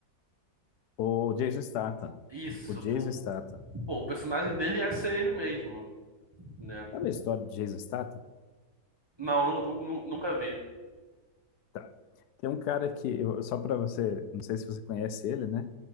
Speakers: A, on the left; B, on the right.
A: ou Jason Statham,
B: Isso.
A: o Jason
B: O,
A: Statham.
B: pô, o personagem dele ia ser ele mesmo, né?
A: Sabe a história de Jason Statham?
B: Não, nu- nu- nu- nunca vi.
A: Tá. Tem um cara que eu- só para você, não sei se você conhece ele, né?